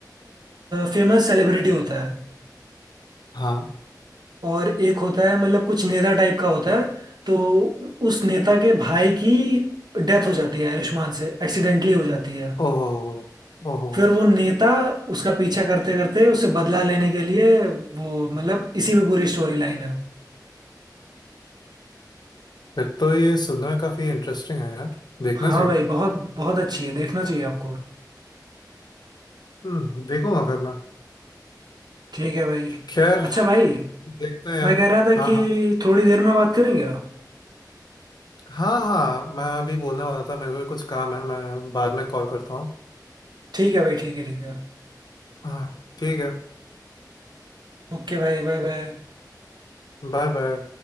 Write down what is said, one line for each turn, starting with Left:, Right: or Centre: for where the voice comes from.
Right: फेमस सेलिब्रिटी होता है
Left: हाँ
Right: और एक होता है मतलब कुछ नेता टाइप का होता है तो उस नेता के भाई की डेथ हो जाती है आयुष्मान से एक्सीडेंटली हो जाती है
Left: ओहो ओहो
Right: फिर वो नेता उसका पीछा करते करते उससे बदला लेने के लिए वो मतलब इसी में पूरी स्टोरी लाइन है
Left: फिर तो ये सुनना काफी इंटरेस्टिंग है यार देखना
Right: हाँ
Left: चाहिए
Right: भाई बहुत बहुत अच्छी है देखना चाहिए आपको
Left: हम्म देखूंगा फिर मैं
Right: ठीक है भाई
Left: खैर
Right: अच्छा भाई
Left: देखते हैं यार
Right: मैं कह रहा था
Left: हाँ
Right: कि
Left: हाँ
Right: थोड़ी देर में बात करेंगे आप।
Left: हाँ हाँ मैं अभी बोलने वाला था मेरे को भी कुछ काम है मैं बाद में कॉल करता हूँ
Right: ठीक है भाई ठीक है ठीक है
Left: हाँ ठीक है
Right: ओके भाई बाय बाय
Left: बाय बाय